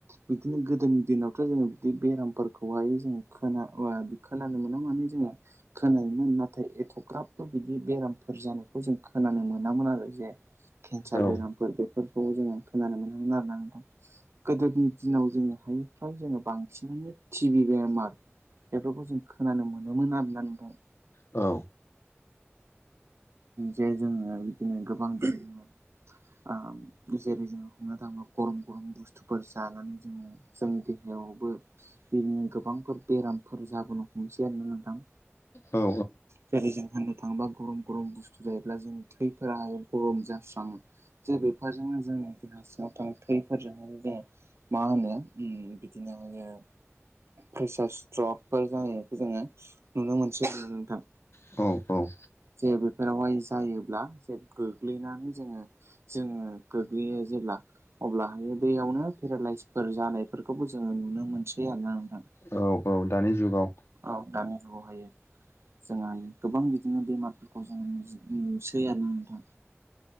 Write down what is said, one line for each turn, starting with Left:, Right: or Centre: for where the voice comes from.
Right: बिदिनो गोदोनि दिनावथ' जोङो बिदि बेरामफोरखौहाय जों खोना ओ खोनानो मोना माने जोङो खोनायोमोन नाथाय एख'ग्राबबो बिदि बेरामफोर जानाय खौ जों खोनानो मोनामोन आरो जे केन्सार
Left: औ
Right: बेरामफोर बेफोरखौ जोङो खोनानो मोनोमोन आरोना। गोदोनि दिनाव जोङोहाय फ्राय जोङो बांसिनानो टि भि बेमार बेफोरखौ जों खोनानो मोनोमोन आरोना नोंथां
Left: औ
Right: जे जोङो बिदिनो गोबां ओ जेरै जोङो हमनो थाङोबा गरम गरम बुस्थुफोर जानानै जोङो जोंनि देह बेयावबो बिनिनो गोबांफोर बेरामफोर जाबोनो हमनोसै आरोना नोंथां
Left: औ
Right: जेरैजों होननो थाङोबा गरम गरम बुस्थु जायोब्ला जों थैफोराहाय गरम जास्राङो जे बेफोरजोंनो जोंनि देहा सिङाव गुथां थैफोरजों जोङो मा होनो उम बिदिनो हायो प्रेसार स्ट्रक फोर जानायखौ जोङो नुनो मोनसै आरोना नोंथां
Left: औ औ
Right: जे बेफोरावहाय जायोब्ला जे गोग्लैनानै जोङो जोङो गोग्लैयो जेब्ला अब्लाहायो बेयावनो पेरालाइसफोर जानायफोरखौबो जोङो नुनो मोनसै आरोना नोंथां
Left: औ औ दानि जुगाव
Right: औ दानि जुगावहायो जोंहानि गोबां बिदिनो बेमार जों नुजु-नुसै आरोंना नोंथां